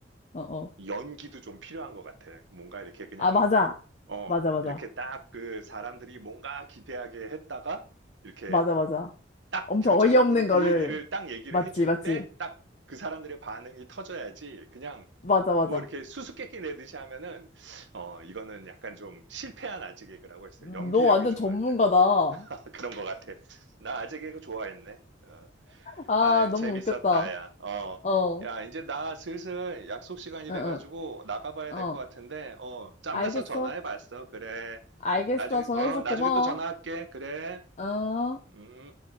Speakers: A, on the left; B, on the right.
A: 어, 어.
B: 연기도 좀 필요한 것 같아. 뭔가 이렇게 그냥,
A: 아, 맞아.
B: 어,
A: 맞아, 맞아.
B: 이렇게 딱 그 사람들이 뭔가 기대하게 했다가, 이렇게
A: 맞아, 맞아.
B: 딱
A: 엄청
B: 결정적으로
A: 어이없는
B: 그
A: 거를.
B: 얘기를, 딱 얘기를
A: 맞지,
B: 해줄
A: 맞지.
B: 때, 딱 그 사람들의 반응이 터져야지. 그냥
A: 맞아, 맞아.
B: 뭐 이렇게 수수께끼 내듯이 하면은, 어, 이거는 약간 좀 실패한 아재 개그라고 했어요.
A: 음,
B: 연기력이
A: 너 완전
B: 좋아야
A: 전문가다.
B: 돼. <laughs> 그런 것 같아. 나 아재 개그 좋아했네. 어.
A: 아,
B: 아유,
A: 너무
B: 재밌었다,
A: 웃겼다.
B: 야. 어.
A: 어,
B: 야,
A: 응,
B: 이제 나 슬슬 약속 시간이
A: 응,
B: 돼가지고 나가봐야
A: 어.
B: 될 것 같은데, 어, 짬나서
A: 알겠어.
B: 전화해봤어. 그래.
A: 알겠어.
B: 나중에,
A: 전화줘서
B: 어, 나중에
A: 고마워.
B: 또 전화할게. 그래.
A: 어.
B: 음.